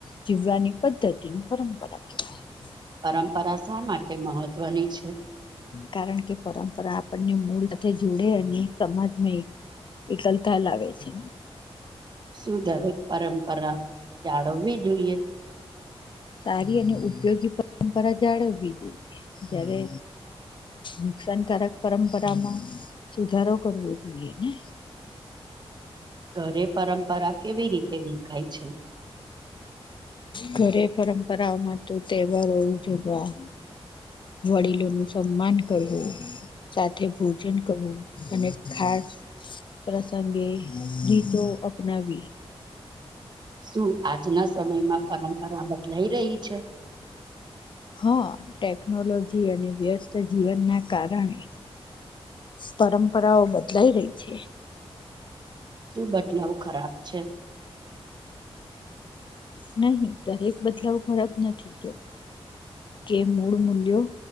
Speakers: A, on the left (about 50°); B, on the right (about 45°).
A: જીવવાની પદ્ધતિની પરંપરા કહેવાય
B: પરંપરા શા માટે મહત્વની છે
A: કારણ કે પરંપરા આપણને મૂળ સાથે જોડે અને સમાજમાં એક એકલતા લાવે છે
B: શું દરેક પરંપરા જાળવવી જોઈએ
A: સારી અને ઉપયોગી પરંપરા જાળવવી જોઈએ જ્યારે નુકસાનકારક પરંપરામાં સુધારો કરવો જોઈએ ને
B: ઘરે પરંપરા કેવી રીતે દેખાય છે
A: ઘરે પરંપરાઓમાં તો તહેવારો ઉજવા વડીલો નું સન્માન કરવું સાથે ભોજન કરવું અને ખાસ પ્રસંગે ગીતો અપનાવી
B: શું આજના સમયમાં પરંપરા બદલાઈ રહી છે
A: હા ટેકનોલોજી અને વ્યસ્ત જીવનના કારણે પરંપરાઓ બદલાઈ રહી છે
B: શું બદલાવ ખરાબ છે
A: નહી દરેક બદલાવ ખરા જ નથી કે કે મૂળ મૂલ્યો